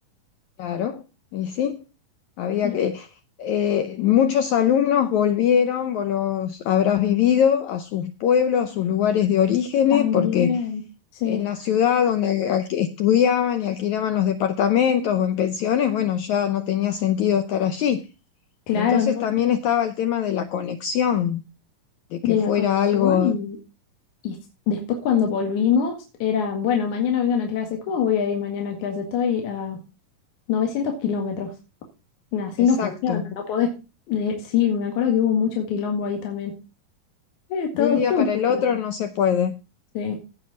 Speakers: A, on the left (about 75°); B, on the left (about 60°).
A: claro, y sí, había
B: Y
A: que... eh, muchos alumnos volvieron, vos los habrás vivido, a sus pueblos, a sus lugares de orígenes,
B: también.
A: porque
B: Sí,
A: en la ciudad donde al- estudiaban y alquilaban los departamentos o en pensiones, bueno, ya no tenía sentido estar allí.
B: claro,
A: Entonces
B: ¿no?
A: también estaba el tema de la conexión, de
B: De
A: que fuera
B: la conexión
A: algo
B: y Y s- después cuando volvimos, era, bueno, mañana vengan a clase. ¿Cómo voy a ir mañana a clase? Estoy a 900 kilómetros. Nah, así
A: exacto.
B: no funciona, no podés. eh, sí, me acuerdo que hubo mucho quilombo ahí también. Eh, todo,
A: De un día
B: todo
A: para
B: fue
A: el
B: quilombo.
A: otro no se puede.
B: Sí.